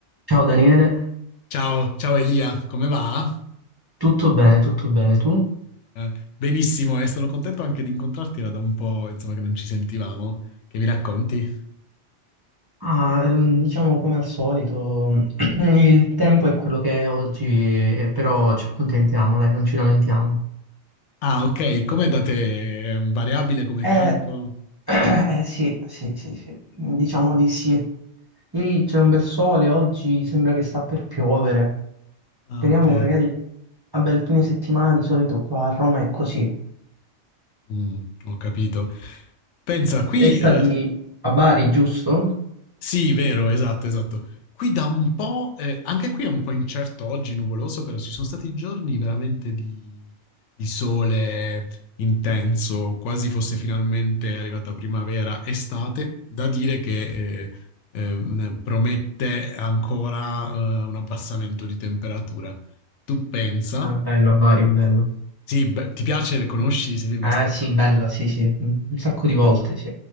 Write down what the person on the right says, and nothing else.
Ciao Daniele,
tutto bene, tutto bene, tu?
Ah, ehm, diciamo come al solito, <clears throat> il tempo è quello che è oggi, eh, però ci accontentiamo, dai, non ci lamentiamo.
Eh,
eh, eh, sì, sì, sì, sì, diciamo di sì. Ieri c'è un bel sole, oggi sembra che sta per piovere.
Speriamo
magari a bel fine settimana, di solito qua a Roma è così.
E stavi
a Bari, giusto?
Ah, Bello, a Bari, bello.
Ah
sì, bella, sì, sì, un sacco di volte,
sì.